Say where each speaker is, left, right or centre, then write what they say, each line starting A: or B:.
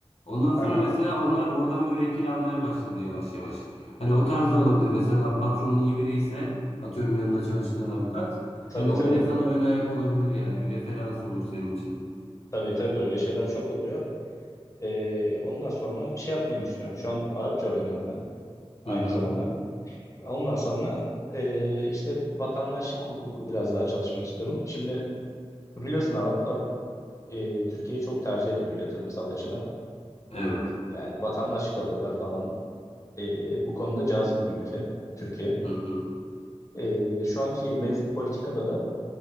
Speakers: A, on the left; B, on the left.
A: Ondan
B: Aha.
A: sonra mesela onlar oradan müvekkil almaya başladı yavaş yavaş. Hani o tarz da olabilir. Mesela patronun iyi biri ise atıyorum yanında çalıştığın avukat.
B: Tabii
A: Hani o
B: tabii.
A: bile sana ön ayak olabilir yani bir referans olur senin için.
B: Tabii tabii öyle şeyler çok oluyor. Ee, ondan sonra şey yapmayı düşünüyorum. Şu an Arapça öğreniyorum ben aynı
A: Hı hı.
B: zamanda. Ondan sonra ee, işte vatandaşlık hukuku biraz daha çalışmak istiyorum. Şimdi biliyorsun Araplar ee, Türkiye'yi çok tercih ediyor yatırımsal açıdan.
A: Evet.
B: Yani vatandaşlık alıyorlar falan. Ee, bu konuda cazip bir ülke Türkiye.
A: Hı hı.
B: Ee, şu anki mevcut politikada da